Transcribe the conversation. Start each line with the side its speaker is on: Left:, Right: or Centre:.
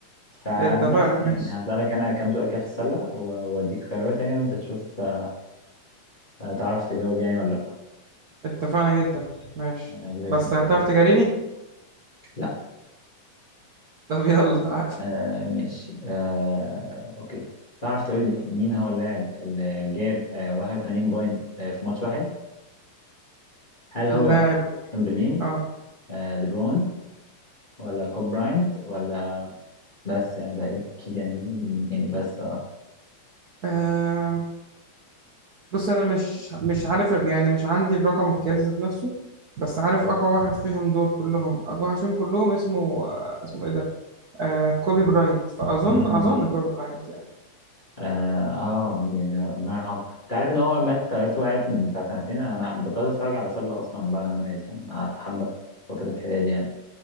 Left: فبس
Right: اتفقنا ماشي
Left: يعني هسألك أنا كام سؤال كده في السلة و- وأديك خيارات يعني وأنت تشوف آه، هتعرف تجاوب يعني ولا لأ
Right: اتفقنا جدا ماشي
Left: أنا الذي
Right: بس هتعرف تجاريني
Left: لأ
Right: طب يلا تعال
Left: آه ماشي آه أوكي تعرف تقول لي مين هو اللاعب اللي جاب آه 81 بوينت آه في ماتش واحد هل هو
Right: لاعب
Left: تشامبرلين
Right: اه
Left: آه ليبرون ولا كوب براينت ولا بس يعني تقريبا أكيد يعني يعني بس آه
Right: آم، بص انا مش مش عارف يعني مش عندي الرقم القياسي ذات نفسه بس عارف اقوى واحد فيهم دول كلهم اقوى واحد فيهم كلهم اسمه آه، اسمه ايه ده آه كوبي براينت فاظن
Left: مم.
Right: اظن كوبي براينت يعني
Left: اه آه، يعني ربنا يرحمه انت عارف ان هو مات طيارته وقعت من بتاع سنتين انا بطلت اتفرج على سله اصلا بعد ما مات يعني قعدت حبه في فتره حياتي يعني